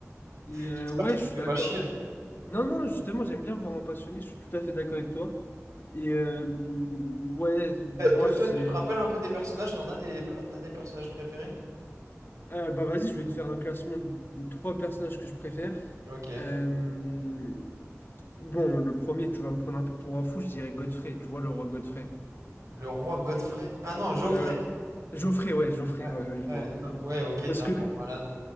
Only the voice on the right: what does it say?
J'espère
que je te
fais
pas chier. hein.
Euh,
Toi, toi,
tu te rappelles un peu des personnages? T'en as des, per- t'as des personnages préférés?
Ok.
Le roi Godfrey? Ah non, Geoffrey.
Ouais,
ouais,
non,
ouais, ok, t'es
un
grand
malade.